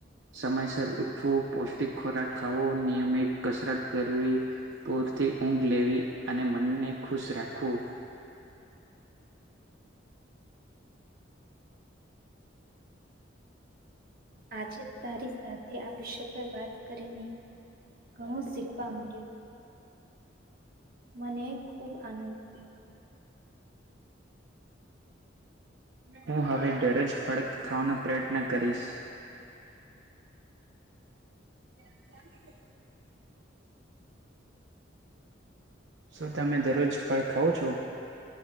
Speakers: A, on the right (about 70°); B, on the right (about 50°).
A: સમયસર ઉઠવું પૌષ્ટિક ખોરાક ખાવો નિયમિત કસરત કરવી પૂરતી ઊંઘ લેવી અને મનને ખુશ રાખવું
B: આજે તારી સાથે આ વિષય પર વાત કરીનેહી ઘણું શીખવા મળ્યું મને ખૂબ આનંદ થયો
A: હું હવે દરજ ફળ ખાવાનો પ્રયત્ન કરીશ <unintelligible> શું તમે દરરોજ ફળ ખાવ છો